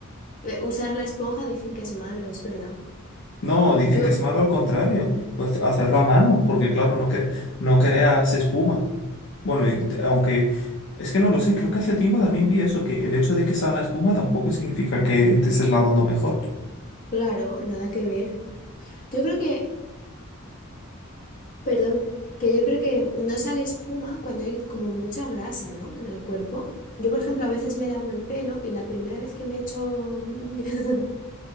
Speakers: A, on the left; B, on the left.
A: eh, usar la esponja dicen que es malo, es verdad.
B: No, dicen
A: Yo,
B: que es malo al contrario. Pues hacerlo a mano, porque claro, no, que, no creas espuma. Bueno, y t- aunque es que no lo sé, creo que hace tiempo también vi eso, que el hecho de que salga espuma tampoco significa que te estés lavando mejor.
A: claro, nada que ver. Yo creo que, perdón, que yo creo que no sale espuma cuando hay como mucha grasa, ¿no? En el cuerpo. Yo, por ejemplo, a veces me lavo el pelo y la primera vez que me echo... <laughs>